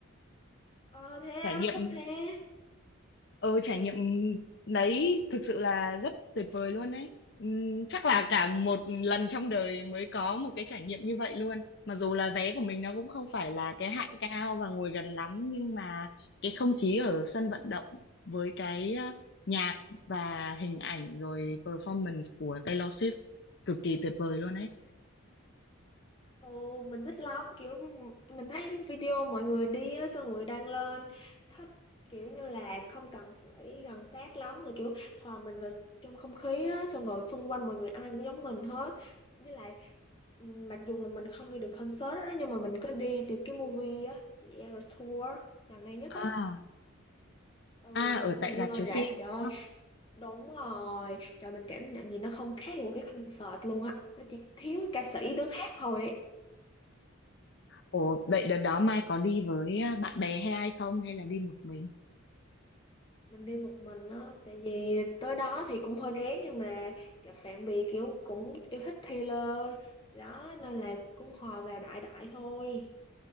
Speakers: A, on the left; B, on the left.
A: Ờ thế
B: trải
A: á,
B: nghiệm
A: thích thế.
B: ừ trải nghiệm đấy thực sự là rất tuyệt vời luôn đấy Ừm, chắc là cả một lần trong đời mới có một cái trải nghiệm như vậy luôn mặc dù là vé của mình nó cũng không phải là cái hạng cao và ngồi gần lắm nhưng mà cái không khí ở sân vận động với cái ờ, nhạc và hình ảnh rồi performance của Taylor Swift cực kỳ tuyệt vời luôn đấy
A: Ồ, mình thích lắm kiểu mình thấy video mọi người đi á, xong mọi người đăng lên thích kiểu như là không cần phải gần sát lắm mà kiểu hòa mình vào trong không khí á, xong rồi xung quanh mọi người ai cũng giống mình hết với lại ừm, mặc dù là mình không đi được concert á, nhưng mà mình có đi từ cái movie á The Eras Tour gần đây nhất
B: à,
A: á ừ
B: à ở
A: xong
B: tại
A: mình đi
B: rạp
A: ngồi
B: chiếu
A: rạp
B: phim
A: trời
B: đúng
A: ơi
B: không
A: đúng rồi trời mình cảm nhận gì nó không khác gì một cái concert luôn á nó chỉ thiếu ca sĩ đứng hát thôi ấy
B: ồ vậy đợt đó Mai có đi với ờ, bạn bè hay ai không hay là đi một mình
A: mình đi một mình á tại vì tới đó thì cũng hơi rén nhưng mà gặp bạn bè kiểu cũng yêu thích Taylor đó nên là cũng hòa vào đại đại thôi